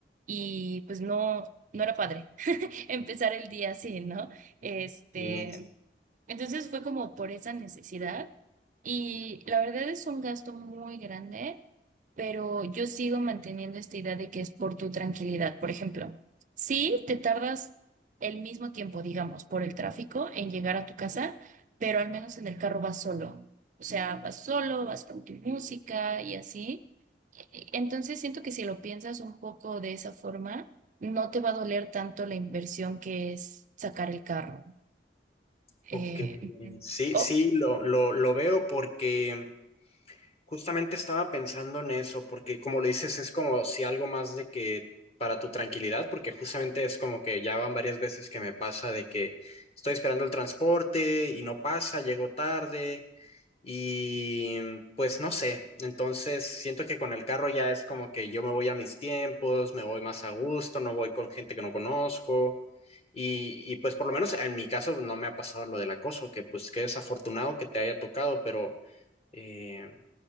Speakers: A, on the right; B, on the left.
A: y pues no, no era padre. <laughs> empezar el día así, ¿no? Este,
B: Y,
A: entonces fue como por esa necesidad y la verdad es un gasto muy grande, pero yo sigo manteniendo esta idea de que es por tu tranquilidad. Por ejemplo, si te tardas el mismo tiempo, digamos, por el tráfico en llegar a tu casa, pero al menos en el carro vas solo. O sea, vas solo, vas con tu música y así. E, e, Entonces siento que si lo piensas un poco de esa forma, no te va a doler tanto la inversión que es sacar el carro.
B: ok,
A: Eh, ujú.
B: sí,
A: oh,
B: sí, lo, lo, lo veo porque Justamente estaba pensando en eso, porque como lo dices, es como si algo más de que para tu tranquilidad, porque justamente es como que ya van varias veces que me pasa de que estoy esperando el transporte y no pasa, llego tarde y mm, pues no sé, entonces siento que con el carro ya es como que yo me voy a mis tiempos, me voy más a gusto, no voy con gente que no conozco. Y, y pues por lo menos en mi caso no me ha pasado lo del acoso, que pues qué desafortunado que te haya tocado, pero... Eh,